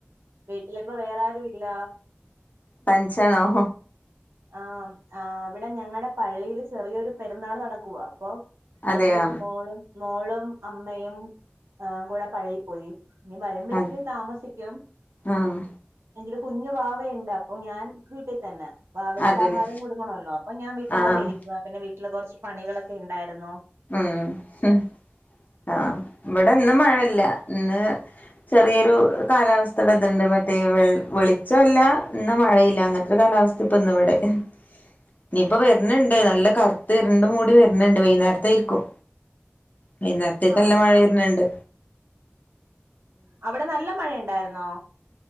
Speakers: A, on the right; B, on the left.
A: വീട്ടിലിപ്പ വേറെ ആരുല്ല.
B: തനിച്ചാണോ
A: ആ ആ ഇവിടെ ഞങ്ങളടെ പള്ളിയില് ചെറിയൊരു പെരുന്നാള് നടക്കുവ അപ്പൊ..
B: അതെയാ
A: എന്റെ മോളും മോളും അമ്മയും ഏഹ് കൂടെ പള്ളിപ്പോയി. ഇനി വരുമ്പോ
B: അത്
A: ഇത്തിരി താമസിക്കും.
B: ആഹ്
A: എന്റെടെ കുഞ്ഞു വാവയിണ്ട് അപ്പൊ ഞാൻ വീട്ടിത്തന്നെ. അവയ്ക്ക്
B: അതെല്ലേ
A: ആഹാരം കൊടുക്കണല്ലോ അപ്പൊ ഞാൻ വീട്ടി
B: ആഹ്
A: തന്നെ ഇരിക്കുവ പിന്നെ വീട്ടില് കൊറച്ച് പണികളൊക്കെ ഇണ്ടായിരുന്നു.
B: ഉം ഹ് ആഹ് ഇവിടെ ഇന്ന് മഴയില്ല ഇന്ന് ചെറിയൊരു കാലാവസ്ഥയുടെ ഇതെണ്ട് മറ്റേ വെൾ വെളിച്ചോല്ല എന്ന മഴയില്ല അങ്ങനത്തൊരു കാലാവസ് <unintelligible> ഇനിയിപ്പ വരണണ്ട് നല്ല കറുത്ത് ഇരണ്ട്മൂടി വരണെണ്ട് വൈന്നേര തേരിക്കും വൈന്നേരത്തേക്ക്
A: ആഹ്
B: നല്ല മഴ വരണെണ്ട്.
A: അവിടെ നല്ല മഴ എണ്ടാരുന്നോ?